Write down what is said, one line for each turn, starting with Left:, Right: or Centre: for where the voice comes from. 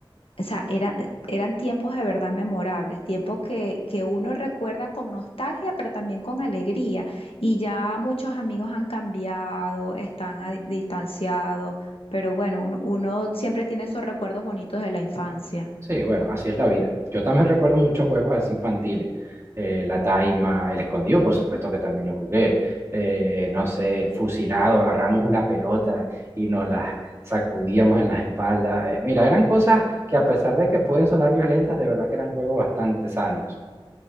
Left: O sea, era- eran tiempos de verdad memorables, tiempos que, que uno recuerda con nostalgia, pero también con alegría. Y ya muchos amigos han cambiado, están a- distanciados, pero bueno, uno, uno siempre tiene esos recuerdos bonitos de la infancia.
Right: Sí, bueno, así es la vida. Yo también recuerdo muchos juegos así infantiles. Eh, la taima, el escondido, por supuesto que también lo jugué. Eh, no sé, el fusilado, agarramos una pelota y nos la sacudíamos en las espaldas. Eh, mira, eran cosas que a pesar de que pueden sonar violentas, de verdad que eran juegos bastante sanos.